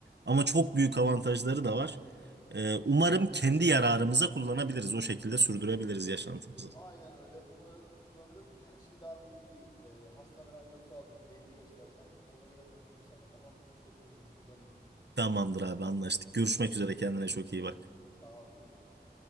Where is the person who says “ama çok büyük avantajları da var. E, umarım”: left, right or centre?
Right